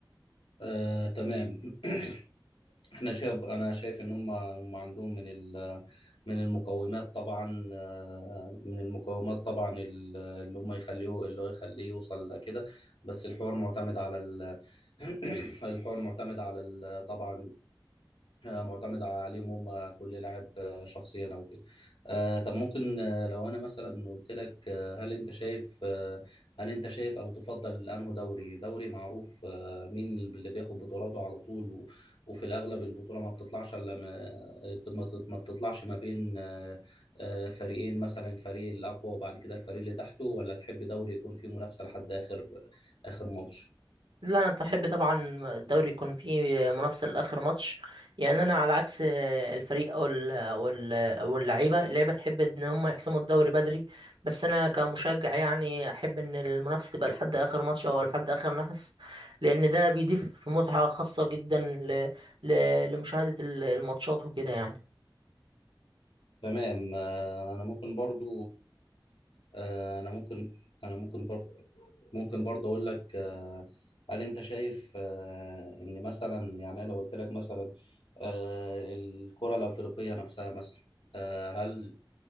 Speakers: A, on the left; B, on the right.
A: آه، تمام <clears throat> احنا شايف انا شايف ان هم هم عندهم من ال من المقومات طبعا آه، من المقومات طبعا ال- اللي هم يخليه اللي هو يخليه يوصل لكده بس الحوار معتمد على ال <clears throat> الحوار معتمد على ال- طبعا آه، معتمد عليهم هم كل لاعب آه، شخصيا او كده آه، طب ممكن آه، لو انا مثلا قلت لك آه، هل انت شايف آه، هل انت شايف او تفضل انه دوري دوري معروف آه، مين اللي بياخد بطولاته على طول و- وفي الاغلب البطوله ما بتطلعش الا ما ما بت- ما بتطلعش ما بين آه، آه، فريقين مثلا الفريق الاقوى وبعد كده الفريق اللي تحته ولا تحب دوري يكون فيه منافسه لحد اخر اخر ماتش
B: لا انا احب طبعا الدوري يكون فيه منافسه لاخر ماتش يعني انا على عكس الفريق او ال او ال او اللعيبه اللعيبه تحب ان هم يحسموا الدوري بدري بس انا كمشجع يعني احب ان المنافسه تبقى لحد اخر ماتش او لحد اخر نفس لان ده بيضيف متعه خاصه جدا ل ل لمشاهده الماتشات وكده يعني
A: تمام آه، انا ممكن برضو آه، انا ممكن انا ممكن برضو ممكن برضو اقول لك آه، هل انت شايف آه، ان مثلا يعني أنا لو قلت لك مثلا آه، الكرة الافريقية نفسها مثلا آه، هل